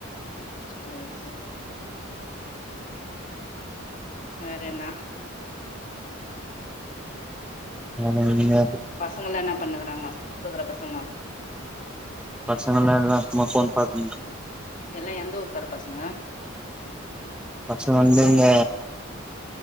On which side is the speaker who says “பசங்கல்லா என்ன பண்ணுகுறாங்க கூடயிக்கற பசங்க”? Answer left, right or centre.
Left